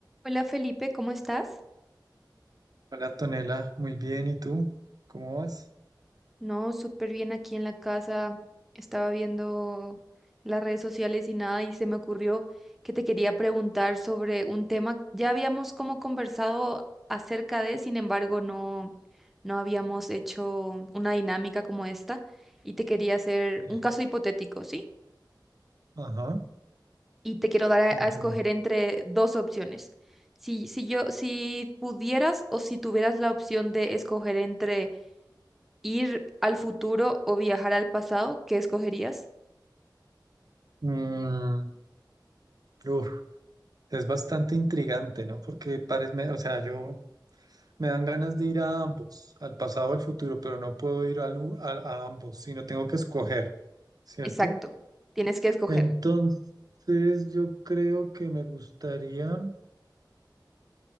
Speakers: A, in the centre; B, on the right.
A: Hola Felipe, ¿cómo estás?
B: Hola Antonella, muy bien. ¿Y tú? ¿Cómo vas?
A: No, súper bien aquí en la casa. Estaba viendo las redes sociales y nada, y se me ocurrió que te quería preguntar sobre un tema. Ya habíamos como conversado acerca de, sin embargo, no, no habíamos hecho una dinámica como esta. Y te quería hacer
B: Eh,
A: un caso hipotético, ¿sí?
B: ajá,
A: Y te quiero dar a,
B: cuéntame.
A: a escoger entre dos opciones. Si, si yo, si pudieras o si tuvieras la opción de escoger entre ¿Ir al futuro o viajar al pasado? ¿Qué escogerías?
B: Mm, uf, es bastante intrigante, ¿no? Porque parece, o sea, yo me dan ganas de ir a ambos, al pasado o al futuro, pero no puedo ir al u- a, a ambos, sino tengo que escoger, ¿cierto?
A: Exacto, tienes que escoger.
B: Entonces, yo creo que me gustaría.